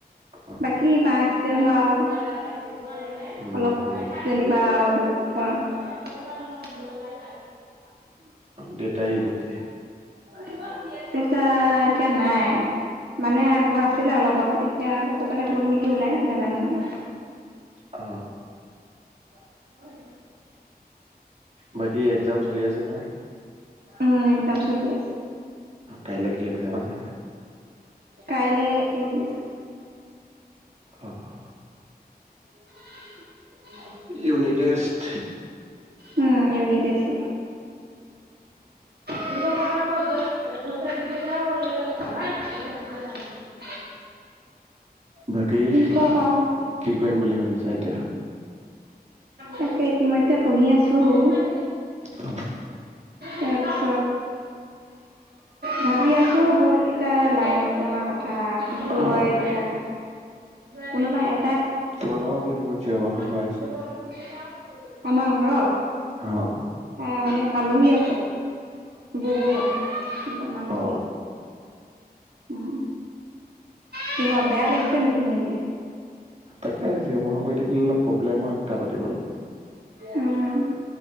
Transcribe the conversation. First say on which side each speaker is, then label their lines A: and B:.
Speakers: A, on the right; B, on the right.
A: অ
B: বাকী বা তেওঁ হোৱা <unintelligible>
A: উম
B: অলপ
A: উম
B: যেনিবা আও দো অ। <unintelligible>
A: দেউতাই গৈছে
B: <inaudible> দেতা এতিয়া নাই মানে ঘৰত আছিলে অলপ আগত। এতিয়া আকৌ কৰবালে গল নেকি ওলাই নাজানো মানে।
A: অ।
B: <inaudible>
A: বাকী একজাম চলি আছে নহয়?
B: উম একজাম চলি আছে।
A: কাইলৈ কি? যাব যা
B: কাইলে ইংলিছ আ
A: অ, অ।
B: <inaudible>
A: ইউনিট টেষ্ট
B: উম ইউনি টেষ্ট এ <unintelligible> <inaudible>
A: বাকী কি
B: কওক আও
A: কৰিম বুলি ভাবিছা এত এতিয়া
B: তাকে ইতিমধ্যে পঢ়ি আছো। <unintelligible>
A: অ
B: তাপিছত ভাবি আছো বহুত কিবা লাইনত পঢ়া কথ থা কিন্তু
A: অ
B: হয় এতিয়া কোনোবা এ
A: তোমালোকৰ ঘৰত ইমান চিঞৰ বাখৰ হয়।
B: <unintelligible> আমাৰ ঘৰত?
A: অহ।
B: আহ মানে আলহী আছে। বু বু বা বমাহঁত।
A: অ
B: উম, কিয় বেয়া লাগিছে নেকি শুনিবলে?
A: তাকে, চিঞৰ- বাখৰ কৰি থাকিলে অলপ প্ৰব্লেম হয় কথা পাতিবলে।
B: উম,